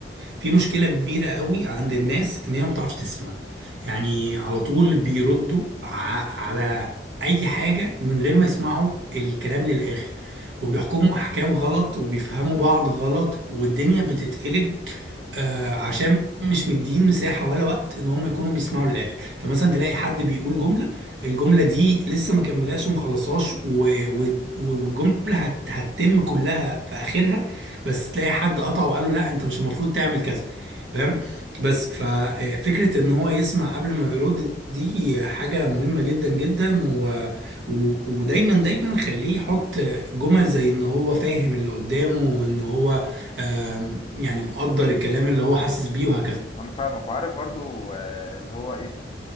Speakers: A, on the right; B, on the left.
A: في مشكلة كبيرة قوي عند الناس إن هي ما بتعرفش تسمع يعني على طول بيردوا ع- على أي حاجة من غير ما يسمعوا الكلام للآخر وبيحكموا أحكام غلط وبيفهموا بعض غلط والدنيا بتتقلب آه، عشان مش مدين مساحة ولا وقت ان هم يكونوا بيسمعوا للاخر فمثلا تلاقي حد بيقول جملة الجملة دي لسه ما كملهاش وما خلصهاش و... و... والجملة هت... هتتم كلها في آخرها بس تلاقي حد قطعه وقال له لا أنت مش المفروض تعمل كذا فاهم بس ففكرة إن هو يسمع قبل ما يرد دي حاجة مهمة جدا جدا و... و... ودايما دايما خليه يحط جمل زي إن هو فاهم اللي قدامه وإن هو آم، يعني مقدر الكلام اللي هو حاسس بيه وهكذا
B: انا فاهمك وعارف برضه آه، اللي هو ايه